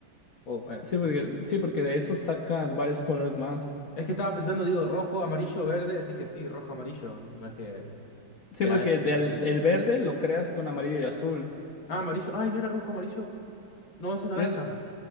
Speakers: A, on the left (about 75°); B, on the left (about 55°).
A: Oh, bueno.
B: sí, porque sí, porque de esos sacas varios colores más.
A: Es que estaba pensando, digo, rojo, amarillo, verde, así que sí, rojo, amarillo. No es que.
B: Sí,
A: Era
B: porque
A: este-
B: del, el verde lo creas con amarillo y azul.
A: Ah, amarillo. Ay, ¿no era rojo, amarillo? No, eso es naranja.
B: Es,